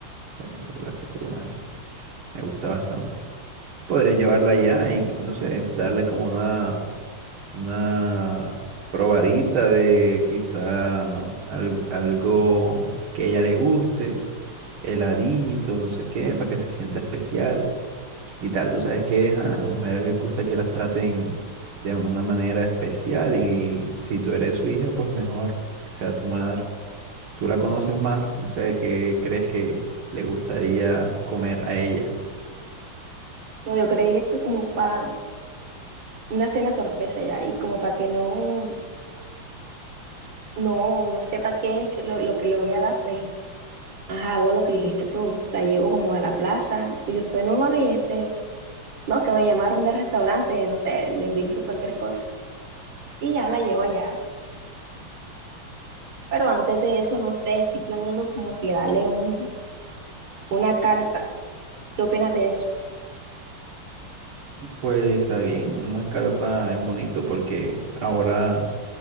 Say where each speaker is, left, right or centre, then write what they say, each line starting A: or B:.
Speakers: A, on the right; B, on the right.
A: está bien la plaza de Curumaní. Me gusta bastante. Podrías llevarla allá y, no sé, darle como una, una probadita de quizá algo, algo que a ella le guste, heladito, no sé qué, para que se sienta especial. y tal. Tú sabes que ajá, a las mujeres les gusta que las traten de una manera especial y si tú eres su hija, pues mejor que sea tu madre. Tú la conoces más, no sé qué crees que le gustaría comer a ella.
B: No, yo creía que como para una cena sorpresa ya y como para que no, no, no sepa qué es que lo, lo que le voy a dar, pues, ajá, hago lo que dijiste tú. La llevo como a la plaza y después, no mami, este, no, que me llamaron del restaurante, no sé, le invento cualquier cosa y ya la llevo allá. Pero antes de eso, no sé, estoy planeando como que darle un, una carta. ¿Qué opinas de eso?
A: Pues está bien, una carta es bonito porque ahora,